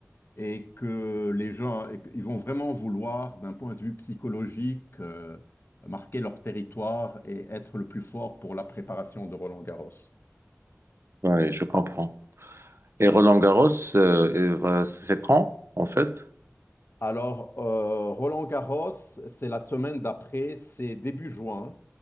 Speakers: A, on the left; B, on the right.
A: et que les gens, et que- ils vont vraiment vouloir, d'un point de vue psychologique, euh, marquer leur territoire et être le plus fort pour la préparation de Roland-Garros.
B: Ouais, je comprends. Et Roland Garros, euh, il va- c'est quand, en fait?
A: Alors, euh, Roland Garros, c'est la semaine d'après, c'est début juin.